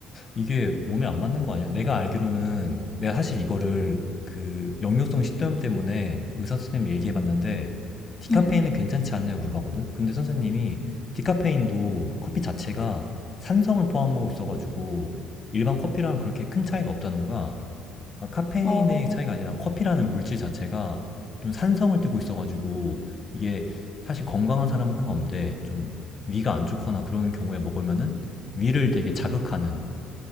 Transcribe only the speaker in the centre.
음.
음.
어,